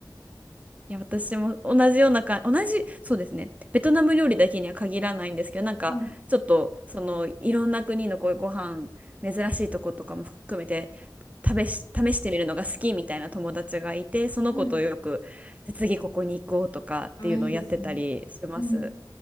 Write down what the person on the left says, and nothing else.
あ、
うん。
あ、いいですね。うん。